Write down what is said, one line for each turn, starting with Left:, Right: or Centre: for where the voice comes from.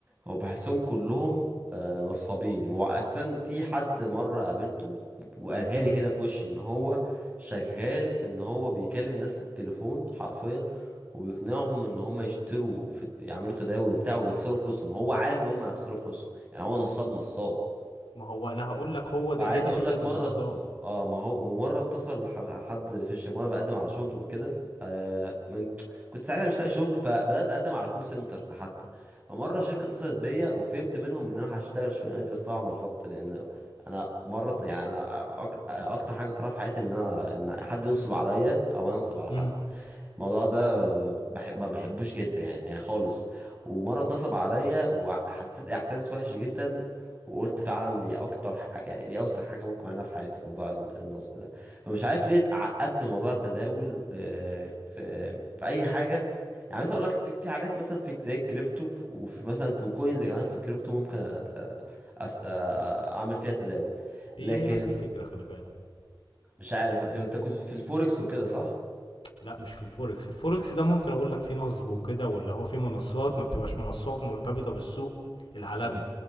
Right: هو بحسهم كلهم آه، نصابين واصلا في حد مره قابلته وقالها
Left: مم.
Right: لي كده في وشي ان هو شغال في ان هو بيكلم الناس في التليفون حرفيا وبيقنعهم ان هم يشتروا في يعملوا تداول وبتاع وبيخسروا فلوسهم هو عارف ان هم هيخسروا فلوسهم يعني هو نصاب نصاب
Left: ما هو انا هقول لك هو ده
Right: وعايز
Left: هي دي
Right: اقول
Left: فكره
Right: لك مره
Left: النصاب
Right: اه ما هو ومره اتصل ح- حد في الشغل وانا بقدم على شغل وكده آه من كنت ساعتها مش لاقي شغل فبدات اقدم على كول سنترز حتى فمره شركه اتصلت بيا وفهمت منهم ان انا هشتغل الشغلانه دي بس طبعا رفضت لان انا مره يعني انا أك... اكتر حاجه اكرهها في حياتي ان انا ان حد ينصب عليا او انا انصب على حد
Left: امم
Right: الموضوع ده بحب ما بحبوش جدا يعني يعني خالص ومره اتنصب عليا وحسيت احساس وحش جدا وقلت فعلا دي اكتر ح- يعني دي اوسخ حاجه ممكن اعملها في حياتي موضوع ال- النصب ده فمش عارف ليه اتعقدت من موضوع التداول آه، في في اي حاجه يعني مثلا اقول لك في في حاجات مثلا في زي الكريبتو وفي مثلا في كوينز كمان في الكريبتو ممكن أت- أس- أ- اعمل فيها تداول
Left: هي
Right: لكن
Left: هي نفس الفكره خلي بالك
Right: مش عارف انت كنت في الفوركس وكده صح؟
Left: لا مش في الفوركس الفوركس ده ممكن اقول لك فيه نصب وكده واللي هو فيه منصات ما بتبقاش منصات مرتبطة بالسوق العالمي
Right: مم.